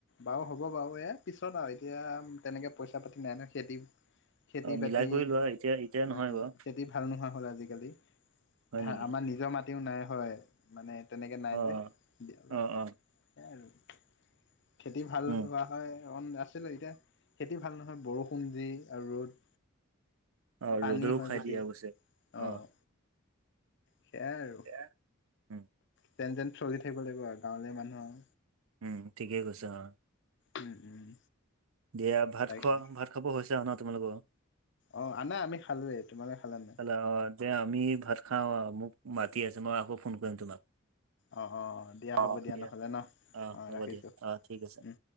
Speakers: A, on the left; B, on the right.
A: বাৰু হ'ব বাৰু, এই পিছত আৰু এতিয়া তেনেকৈ পইচা পাতি নাই ন। খেতি খেতি-
B: অ',
A: বাতি
B: মিলাই কৰি লোৱা এতিয়া এতিয়া নহয়
A: উম,
B: বাৰু
A: খেতি ভাল নোহোৱা হ'ল আজিকালি।
B: হয়
A: ধা,
B: নেকি
A: আমাৰ নিজৰ মাটি মাটিও নাই হয়, মানে তেনেকৈ নাই
B: অ',
A: যে, অলপ
B: অ', অ',
A: সেয়াই আৰু। খেতি ভাল
B: উম,
A: হোৱা হয়, অকমান আছিলে, এতিয়া খেতি ভাল নহয় বৰষুণ যি আৰু ৰ'দ।
B: অ',
A: পানী
B: ৰ'দেও
A: হয়
B: খাই
A: বেছি
B: দিয়ে অৱশ্যে
A: অঁ,
B: অ',
A: সেইয়া আৰু।
B: হে, উম।
A: যেন- তেন চলি থাকিব লাগিব আৰু গাৱঁলীয়া মানুহ আৰু।
B: উম, ঠিকেই কৈছা, অ।
A: উম, উম।
B: দিয়া, ভাত
A: তাকে
B: খোৱা, ভাত খাব হৈছো ন তোমালোকৰ?
A: অ, আনাই আমি খালোৱেই। তোমালে খালা নাই?
B: হ'লে অঁ, দে আমি ভাত খাওঁ, মোক মাতি আছে মই আকৌ ফোন কৰিম তোমাক।
A: অ অ দিয়া হ'ব
B: অঁ, দিয়া,
A: নহ'লে ন
B: অঁ,
A: অ
B: হ'ব
A: ৰাখিছোঁ
B: দিয়া, অঁ, ঠিক আছে।
A: উম